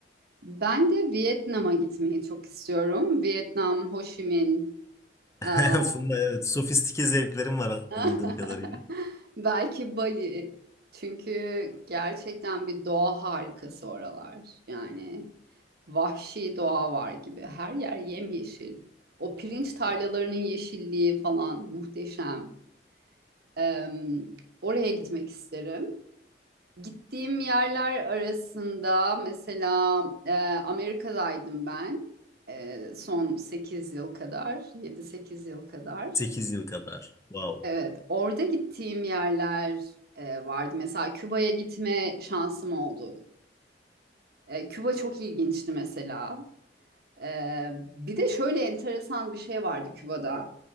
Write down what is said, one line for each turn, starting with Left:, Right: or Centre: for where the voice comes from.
Right: Ben de Vietnam'a gitmeyi çok istiyorum. Vietnam, Ho Chi Minh,
Left: <laughs>
Right: aa,
Left: Funda evet sofistike zevklerim var
Right: <laughs>
Left: anladığım kadarıyla.
Right: belki Bali. Çünkü gerçekten bir doğa harikası oralar. Yani vahşi doğa var gibi. Her yer yemyeşil. O pirinç tarlalarının yeşilliği falan muhteşem. Eee, oraya gitmek isterim. Gittiğim yerler arasında mesela eee, Amerika'daydım ben. Eee, son 8 yıl kadar, yedi sekiz yıl kadar.
Left: Sekiz yıl kadar. Wow.
Right: Evet, orada gittiğim yerler e, vardı. Mesela Küba'ya gitme şansım oldu. E, Küba çok ilginçti mesela. Ee, bir de şöyle enteresan bir şey vardı Küba'da.